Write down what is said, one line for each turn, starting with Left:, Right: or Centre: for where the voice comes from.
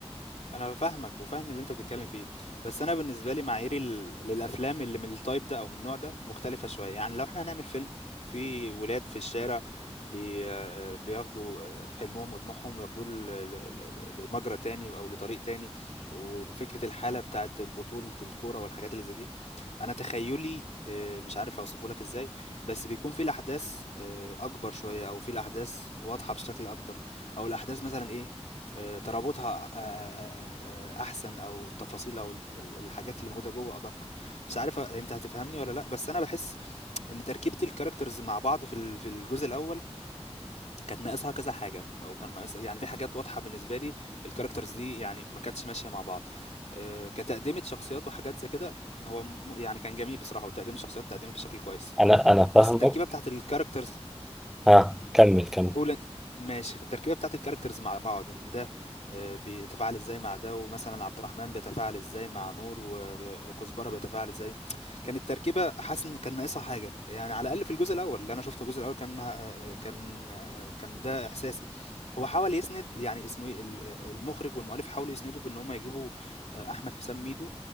Left: انا فاهمك وفاهم اللي انت بتتكلم فيه بس انا بالنسبه لي معاييري ال- للافلام اللي من التايب ده او من النوع ده مختلفه شويه يعني لو احنا هنعمل فيلم في ولاد في الشارع بي آه، بياخدوا آه، حلمهم وطموحهم وياخدوه ل- ل- ل- لمجرى تاني او لطريق تاني وفكره الحاله بتاعه البطوله الكوره والحاجات اللي زي دي انا تخيلي آه، مش عارف اوصفه لك ازاي بس بيكون في الاحداث آه، اكبر شويه او في الاحداث واضحه بشكل اكتر او الاحداث مثلا ايه آآ ترابطها آآ آآ آآ أحسن أو التفاصيل أو ال ال الحاجات اللي موجودة جوّه أدق. مش عارف أنت هتفهمني والّا لأ، بس أنا باحس إن تركيبة الcharacters مع بعض في ال في الجزء الأول كانت ناقصها كذا حاجة، أو كان ناقصها يعني في حاجات واضحة بالنسبة لي الcharacters دي يعني ما كانتش ماشية مع بعض. آآ كتقديمة شخصيات وحاجات زي كده، هو م يعني كان جميل بصراحة وتقديم الشخصيات اتقدمت بشكل كويس،
Centre: انا انا فاهمك
Left: بس التركيبة بتاعة الcharacters
Centre: ها كمل كمل
Left: قول إن- ماشي التركيبه بتاعت الكاركترز مع بعض ان ده آه، بيتفاعل ازاي مع ده ومثلا عبد الرحمن بيتفاعل ازاي مع نور وكزبره بيتفاعل ازاي كانت تركيبه حاسس ان كان ناقصها حاجه يعني على الاقل في الجزء الاول اللي انا شفته الجزء الاول كان آه، كان آه، كان ده احساسي هو حاول يسند يعني اسمه ايه ال- المخرج والمؤلف حاولوا يسندوا بان هم يجيبوا آه، احمد حسام ميدو